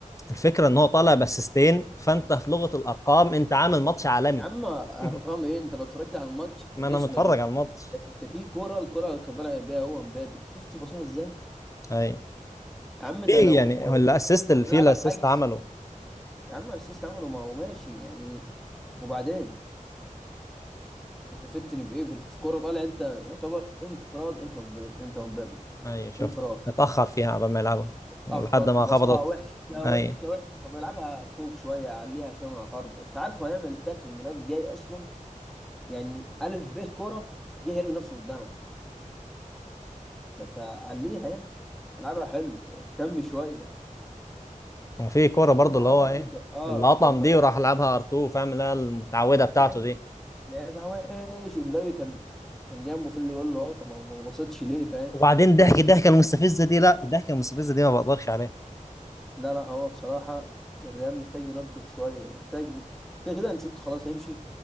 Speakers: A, on the left; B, in the centre.
A: الفكره ان هو طالع باسيستين فانت في لغه الارقام انت عامل ماتش عالمي
B: يا عم أرقام
A: <laughs>
B: إيه أنت لو اتفرجت على الماتش
A: ما
B: فينيسيوس
A: انا متفرج
B: ميت
A: على الماتش
B: ده في ده في كورة الكورة اللي كان طالع بيها هو مبابي شفت بصها إزاي
A: اي
B: يا عم
A: في
B: ده لو
A: يعني هو الاسيست
B: لو
A: اللي فيه
B: بيلعبها
A: الاسيست
B: بحجز
A: عمله
B: يا عم اسيست عمله ما هو ماشي يعني وبعدين انت فتني بايه في في كوره طالع انت يعتبر انفراد انت ومب- انت ومبابي
A: اي شفت
B: انفراد
A: اتاخر فيها قبل ما يلعبها
B: اتاخر
A: لحد ما
B: وبصها
A: خبطت
B: وحشه
A: اي
B: وحشه وحشه طب العبها فوق شويه عليها شويه من على الارض انت عارف هو هيعمل تاكلينج الواد جاي اصلا يعني الف ب كوره جاي هيرمي نفسه قدامك فانت عليها يعني العبها حلو اهتم شويه
A: وفي كورة برضو
B: وفي كوره
A: اللي هو
B: برضو
A: ايه
B: ك... اه
A: اللي قطم
B: كان ما...
A: دي وراح لعبها ار 2 فاهم اللي هي المتعودة بتاعته
B: كان
A: دي
B: لعبها وحش امبابي كان كان جنبه في اللي يقول له اه طب ما ما بصيتش ليه فاهم
A: وبعدين
B: ما تبص
A: ضحك الضحكه المستفزه دي لا الضحكه المستفزه دي ما بقدرش عليها
B: لا لا هو بصراحه الريال محتاج ينظف شويه محتاج كده كده انشيلوتي خلاص هيمشي